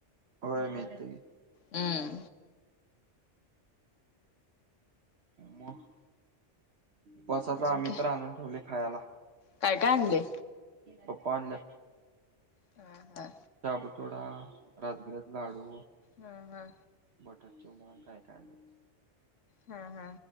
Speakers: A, on the right; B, on the left.
A: होय मिळतंय.
B: हम्
A: मग पाचाला
B: अजून
A: आम्ही
B: काय
A: तर आणून ठेवले खायला
B: काय काय आणले.
A: पापा आणलं.
B: ह हा
A: शाबूतोडा राजगिरात लाडू
B: हा हा
A: बटर चूड काय काय आणलात
B: हा हा